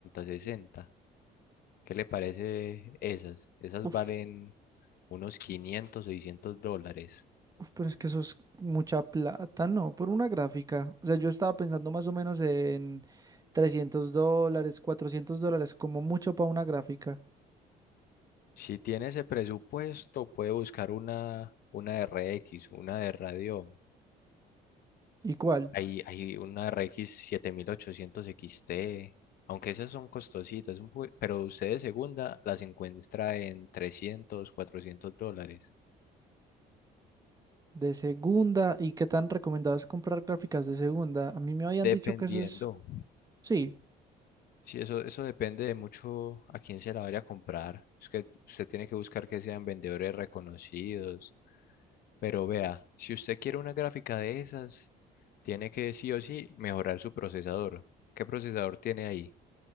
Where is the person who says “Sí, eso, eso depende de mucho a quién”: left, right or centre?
Left